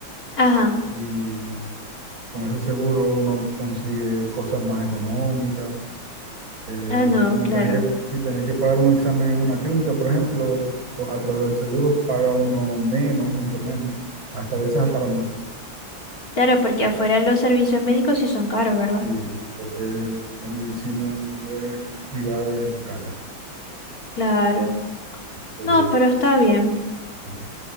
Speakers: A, on the left (about 45°); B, on the right (about 75°).
A: Ajá.
B: y con ese seguro uno consigue cosas más económicas eh,
A: Ah, no,
B: ya no
A: claro.
B: tener que, si tener que pagar un examen en una clínica, por ejemplo, o a través del seguro paga uno menos, mucho menos, hasta a veces hasta la mitad.
A: Claro, porque afuera los servicios médicos sí son caros, ¿verdad?
B: Sí, creo que la medicina cuando es privada es cara.
A: Claro.
B: Eh,
A: No, pero está bien.
B: sí.